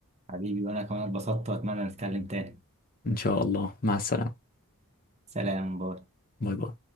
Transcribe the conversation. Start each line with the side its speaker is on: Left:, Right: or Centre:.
Right: حبيبي وأنا كمان اتبسطت وأتمنى نتكلم تاني
Left: ان شاء الله مع السلامة
Right: سلام باي
Left: باي باي